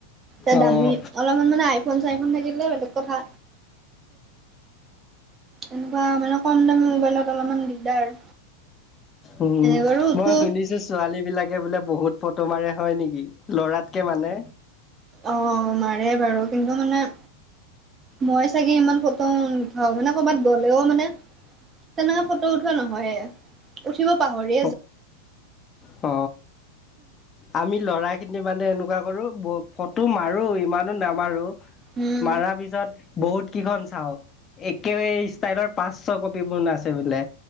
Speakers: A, on the right (about 25°); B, on the left (about 25°).
A: এ দামী
B: অঁ
A: অলপমান মানে আইফোন চাইফোন থাকিলে বেলেগ কথা এনেকুৱা মানে কম দামি মোবাইলত অলপমান দিগদাৰ।
B: উম
A: এনে বাৰু উঠো
B: মই শুনিছোঁ ছোৱালী বিলাকে বোলে বহুত ফটো মাৰে হয় নেকি? লৰাতকে মানে।
A: অ মাৰে বাৰু, কিন্তু মানে মই চাগে ইমান ফটো নুথাও, মানে কৰ'বাত গ'লেও মানে তেনেকে ফটো উঠোৱা নহয়ে। উঠিব পাহৰি
B: হ, হ। আমি ল'ৰাখিনি মানে এনেকুৱা কৰোঁ, ফটো মাৰোঁ, ইমানো নামাৰোঁ।
A: উম
B: মাৰাৰ পিছত বহুত কিখন চাওঁ। একে ষ্টাইলৰ পাঁচ ছ কপি বন আছে বোলে,